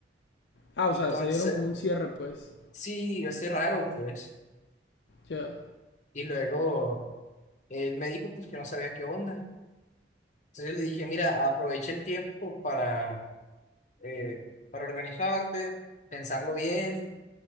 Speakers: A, on the left; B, on the left.
A: Ah,
B: Entonces,
A: o sea, se dieron como un cierre, pues.
B: sí, así raro, pues.
A: Ya.
B: Y luego él me dijo, pues que no sabía qué onda. Entonces yo le dije, mira, aprovecha el tiempo para, eh, para organizarte, pensarlo bien,